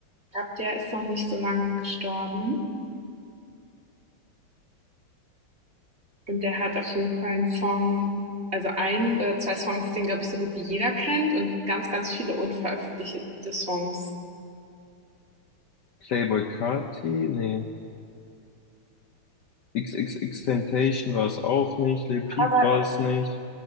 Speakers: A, on the right; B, on the left.
A: Ich glaube, der ist noch nicht so lange gestorben. Und der hat auf jeden Fall 'n Song also ein oder 2 Songs, den, glaube ich, so gut wie jeder kennt und ganz, ganz viele unveröffentlichte Songs.
B: Playboi Carti? Nee. XXXTentacion war es auch nicht. Lil Peep
A: Aber
B: war es nicht.